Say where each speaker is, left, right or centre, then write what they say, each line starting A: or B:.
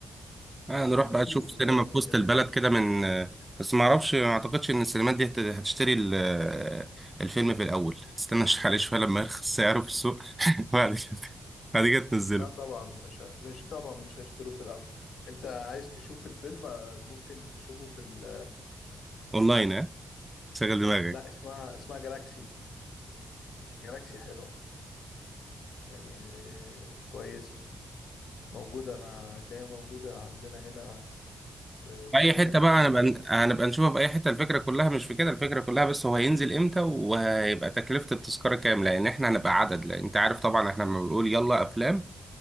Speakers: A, on the right (about 15°); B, on the left (about 75°).
A: آه نروح بقى
B: اكيد
A: نشوف
B: هتبقى
A: سينما
B: اقل
A: في
B: من كده
A: وسط البلد كده من آه، بس ما اعرفش ما اعتقدش ان السينمات دي هت- هتشتري ال- آه، الفيلم في الاول هتستنى شحال شويه لما يرخص سعره في السوق <laughs> بعد كده بعد كده تنزله
B: لا طبعا مش مش طبعا مش هشتروه في الاول انت عايز تشوف الفيلم آه، ممكن نشوفه في ال...
A: اونلاين ها شغل دماغك
B: لا اسمها اسمها جالاكسي جالاكسي حلوة يعني آه، كويسة موجودة هتلاقيها موجودة عندنا هنا في
A: في
B: في
A: اي
B: كذا
A: حته
B: مكان
A: بقى
B: عندنا
A: هنبقى هنبقى نشوفها في اي حته الفكره كلها مش في كده الفكره كلها بس هو هينزل امتى وهيبقى تكلفه التذكره كام لان احنا هنبقى عدد لان انت عارف طبعا احنا لما بنقول يلا افلام